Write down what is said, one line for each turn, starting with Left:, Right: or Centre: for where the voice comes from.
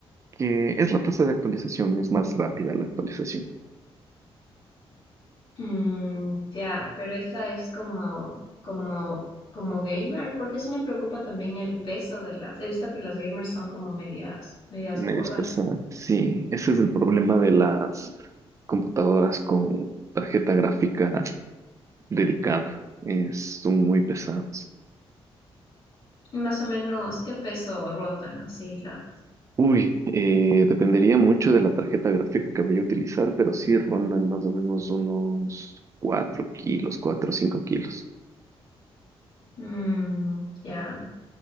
Right: que es la tasa de actualización, es más rápida la actualización.
Left: Mm, ya, pero esa es como, como, como gamer, porque sí me preocupa también el peso de las. He visto que las gamers son como medias, medias
Right: Medias
Left: gordas.
Right: pesadas. Sí, ese es el problema de las computadoras con tarjeta gráfica dedicada. Es, son muy pesadas.
Left: Más o menos, ¿qué peso rondan así las?
Right: Uy, eh, dependería mucho de la tarjeta gráfica que vaya a utilizar, pero sí rondan más o menos unos 4 kilos, 4 o 5 kilos.
Left: Mm, ya.